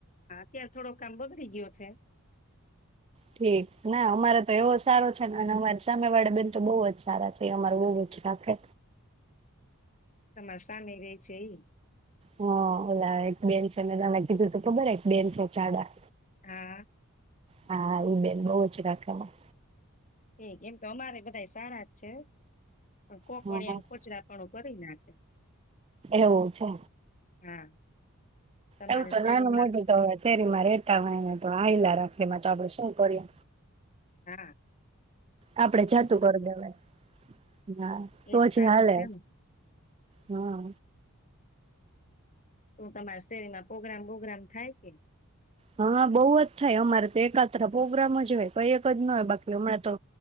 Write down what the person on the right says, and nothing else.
ઠીક, ના અમારે તો એવો સારો છે ને અને અમારે સામે વાળા બેન તો બહુ જ સારા છે, એ અમારું બહું જ રાખે.
હા ઓલા એક બેન છે, મે તમને કીધું તું ખબર એક બેન છે જાડા.
હા એ બેન બઉ જ રાખે અમા
હ
એવું છે.
એવું તો
નાનું મોટું તો હવે શેરીમાં રહેતા હોય ને તો હાયલા રાખે અમારે. તો આપણે શું કરીએ
આપડે જાતું કરી દેવાનું, હા તો
જ
હાલે
હા.
હા બહુ જ થાય અમારે તો એકાત્ર પ્રોગ્રામ જ હોય કઈ જ ન હોય બાકી હમણાં તો